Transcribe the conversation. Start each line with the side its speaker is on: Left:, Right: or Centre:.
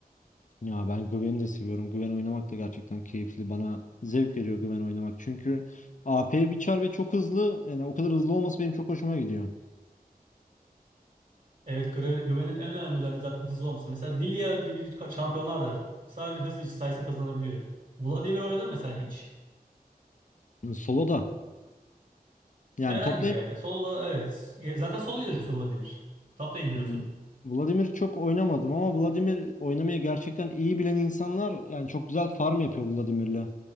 Left: Ya ben Güven'i de seviyorum. Güven oynamak da gerçekten keyifli. Bana zevk veriyor Güven oynamak. Çünkü AP bir çar ve çok hızlı. Yani o kadar hızlı olması benim çok hoşuma gidiyor.
Right: Evet Gre- güvenin en önemli özelliği zaten hızlı olması. Mesela Lilia gibi ka- şampiyonlar da sadece hızlı sayesinde kazanabiliyor. Vladimir oynadın mı mesela hiç?
Left: Solo da. Yani
Right: Herhangi
Left: toplayın
Right: bir yerde. Solo'da evet. Zaten solo hero'su Vladimir. Top lane hero'su.
Left: Yani Vladimir çok oynamadım ama Vladimir oynamayı gerçekten iyi bilen insanlar yani çok güzel farm yapıyor Vladimir'le.